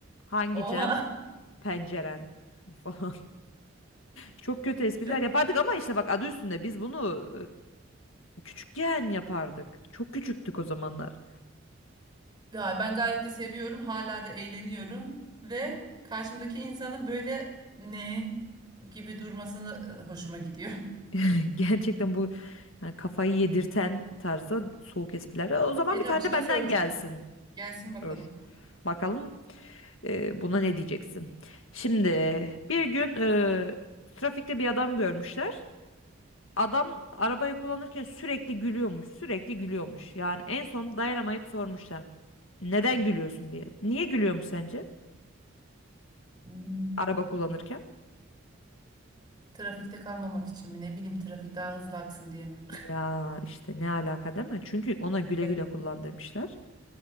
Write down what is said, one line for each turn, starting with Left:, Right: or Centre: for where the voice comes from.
Left: Hangi
Right: Oha.
Left: Cem? Penceren <laughs> falan. Çok kötü espriler
Right: Çok
Left: yapardık ama işte bak adı üstünde biz bunu e, küçükken yapardık. Çok küçüktük o zamanlar.
Right: Ya ben gayet de seviyorum. Hala da eğleniyorum. Ve karşımdaki insanın böyle ne gibi durmasını e, hoşuma gidiyor. <laughs>
Left: <laughs> Gerçekten bu yani kafayı yedirten tarzda soğuk espriler. O zaman
Right: Eda
Left: bir tane
Right: bir şey
Left: de benden
Right: soracağım.
Left: gelsin.
Right: Gelsin bakalım.
Left: Dur. Bakalım e, buna ne diyeceksin? Şimdi bir gün e, trafikte bir adam görmüşler. Adam arabayı kullanırken sürekli gülüyormuş, sürekli gülüyormuş. Yani en son dayanamayıp sormuşlar. Neden gülüyorsun diye. Niye gülüyormuş sence?
Right: Hmm,
Left: Araba kullanırken.
Right: Trafikte kalmamak için mi? Ne bileyim trafik daha hızlı aksın diye mi? <laughs>
Left: Ya işte ne alaka değil mi? Çünkü ona güle
Right: Evet.
Left: güle kullan demişler.